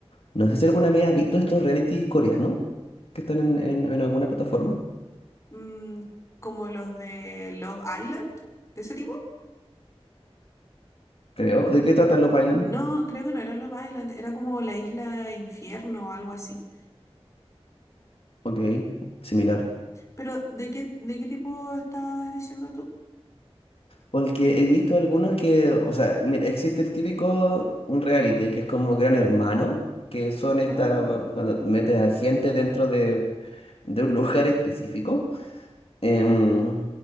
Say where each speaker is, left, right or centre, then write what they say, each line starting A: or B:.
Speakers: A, on the left; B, on the left.
A: No sé si alguna vez has visto estos realities coreanos que están en, en, en alguna plataforma,
B: Mm, como los de Love Island, de ese tipo.
A: creo. ¿De qué tratan los Island?
B: No, creo que no era Love Island, era como la isla Infierno o algo así.
A: Ok, similar.
B: Pero, ¿de qué, de qué tipo estás diciendo tú?
A: Porque he visto algunos que, o sea, mira, existe el típico, un reality, que es como Gran Hermano, que son estas,
B: Ah,
A: cuando metes a gente dentro de, de un lugar específico. Em,
B: ya.